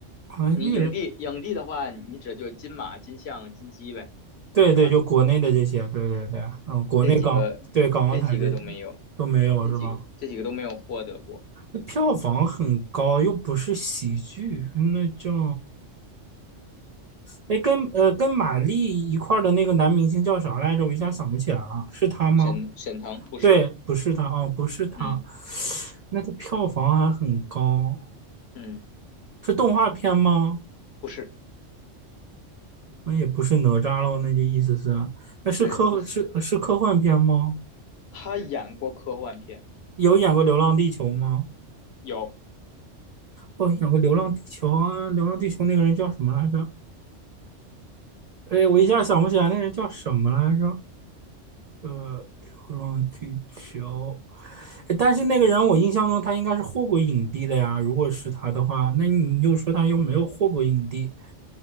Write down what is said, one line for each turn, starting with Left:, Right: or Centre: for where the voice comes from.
Right: 好像那个人，
Left: 你影帝，影帝的话，你指的就是金马、金像、金鸡呗，
Right: 对对，
Left: 是吧？
Right: 就国内的这些，对对对，嗯，国内港，
Left: 这几个，
Right: 对港澳台这
Left: 这几个都没有，
Right: 都没有是吧？
Left: 这几个，这几个都没有获得过。
Right: 那票房很高，又不是喜剧，那叫哎，跟呃跟马丽一块儿的那个男明星叫啥来着？我一下想不起来了，是他吗？
Left: 沈沈腾不是，
Right: 对，不是他，哦，不是他，
Left: 嗯
Right: 那个票房还很高，
Left: 嗯，
Right: 是动画片吗？
Left: 不是，
Right: 那也不是哪吒喽，那就意思是，那是科是是科幻片吗？
Left: 对，不是。他演过科幻片，
Right: 有演过《流浪地球》吗？
Left: 有，
Right: 哦，演过《流浪地球》啊，《流浪地球》那个人叫什么来着？哎，我一下想不起来那人叫什么来着。呃，流浪地球，诶但是那个人我印象中他应该是获过影帝的呀。如果是他的话，那你又说他又没有获过影帝？